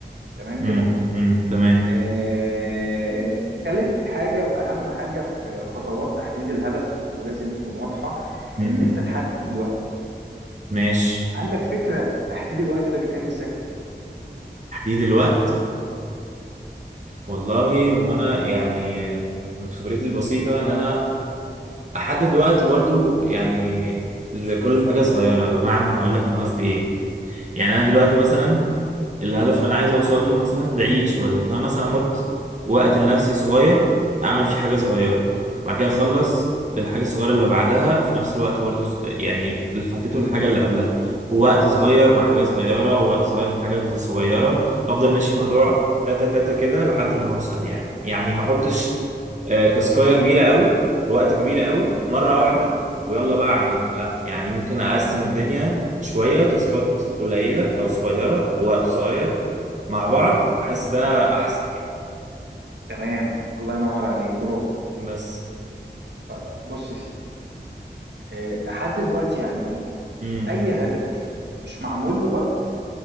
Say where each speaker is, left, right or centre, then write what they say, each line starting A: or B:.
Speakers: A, on the right; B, on the right.
A: تمام
B: امم
A: كده
B: أمم. تمام
A: آه، تالت حاجة وأهم حاجة في خطوات تحديد الهدف ولازم تكون واضحة
B: امم
A: إن أنت تحدد الوقت
B: ماشي
A: عندك فكرة تحديد الوقت ده بيتم إزاي؟
B: تحديد الوقت والله هو انا يعني من خبرتي البسيطة إن أنا احدد وقت برضو يعني لكل حاجه صغيره بمعنى هقول لك انا قصدي ايه يعني انا دلوقتي مثلا الهدف اللي انا عايز اوصل له مثلا بعيد شويه فانا مثلا احط وقت لنفسي صغير اعمل فيه حاجه صغيره بعد كده اخلص للحاجه الصغيره اللي بعدها في نفس الوقت برضو س- يعني اللي حطيته للحاجه اللي قبلها ووقت صغير مع حاجه صغيره ووقت صغير مع حاجه صغيره افضل ماشي موضوع تاتا تاتا كده لحد ما هوصل يعني يعني ما احطش آه، تاسكايه كبيره قوي بوقت كبير قوي مره واحده ويلا بقى اعملها لا يعني ممكن اقسم الدنيا شوية تاسكات قليلة أو صغيرة بوقت صغير مع بعض حاسس ده أحسن يعني
A: تمام الله ينور عليك برافو
B: بس
A: طيب بص يا سيدي آه، أحدد وقت يعني إيه؟
B: امم
A: أي هدف مش معمول له وقت